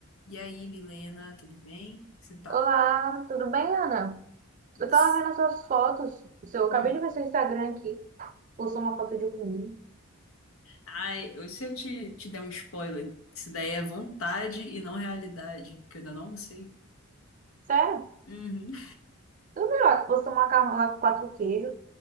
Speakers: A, on the left (about 70°); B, on the right (about 35°).
A: E aí, Milena, tudo bem? Como é que você tá?
B: Olá, tudo bem, Ana?
A: Putz.
B: Eu tava vendo as suas fotos. o Seu- Eu acabei
A: Hum.
B: de ver seu Instagram aqui. Postou uma foto de comida.
A: Ai, eu- se eu te, te der um spoiler, isso daí é vontade e não realidade, que eu ainda não sei.
B: Sério?
A: Uhum.
B: Eu vi lá que postou um macarrão lá com quatro queijos.